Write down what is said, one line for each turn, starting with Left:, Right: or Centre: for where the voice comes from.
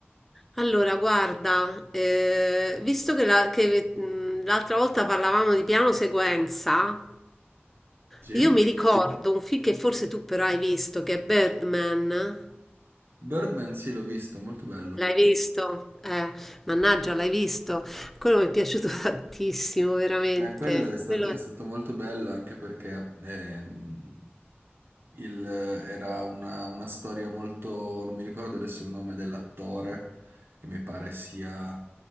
Centre: allora guarda, eh, visto che la- che, mh, l'altra volta parlavamo di piano sequenza,
Right: Sì?
Centre: io mi ricordo un film che forse tu però hai visto, che è Birdman.
Right: Birdman, sì, l'ho visto, è molto bello.
Centre: L'hai visto? Eh, mannaggia, l'hai visto. Quello mi è piaciuto <laughs> tantissimo, veramente.
Right: Eh, quello è stato,
Centre: Quello...
Right: è stato molto bello anche perché ehm, Il- era una, una storia molto, non mi ricordo adesso il nome dell'attore, che mi pare sia